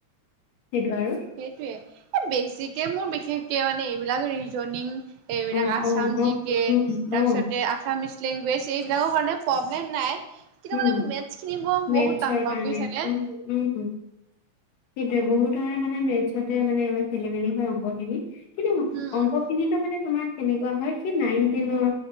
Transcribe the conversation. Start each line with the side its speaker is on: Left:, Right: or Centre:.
Left: সেইটো আৰু
Right: সেইটোয়ে এ বেছিকে মোৰ বিশেষকে মানে এইবিলাক ৰিজনিং এইবিলাক
Left: অ
Right: আসাম
Left: অ অ
Right: জি কে
Left: উম
Right: তাৰপিছতে
Left: অ
Right: আসামিছ লেংগুৱেজ এইবিলাকৰ কাৰণে প্ৰব্লেম নাই কিন্তু
Left: উম
Right: মানে মেথছ খিনি ম
Left: মেথছৰ
Right: বহুত টান পাওঁ
Left: কাৰণে
Right: বোইছেনে
Left: উম উম, সেইটোয়ে বহুতৰে মানে মেথছতে মানে অলপ খেলি মেলি হয় অংকখিনি কিন্ত
Right: উম
Left: অংক
Right: উম
Left: খিনিতো মানে তোমাৰ কেনেকুৱা হয় সেই নাইনটিনৰ